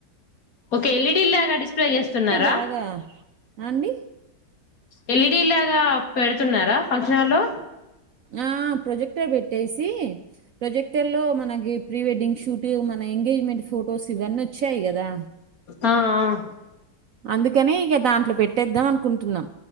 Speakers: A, on the left; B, on the right.
A: ఒక ఎల్ఈడి లాగా డిస్ప్లే చేస్తున్నారా
B: బాగా అండి
A: ఎల్ఈడి లాగా పెడుతున్నారా ఫంక్షన్ హాళ్ళో
B: ఆ ప్రొజెక్టర్ పెట్టేసి ప్రొజెక్టర్ లో మనకి ప్రీ వెడ్డింగ్ షూటు మన ఎంగేజ్మెంట్ ఫ్ ఫోటోస్ ఇవన్నీ వచ్చాయి కదా
A: ఆ ఆ
B: అందుకేనే ఇంక దాంట్లో పెట్టేద్దాం అనుకుంటున్నా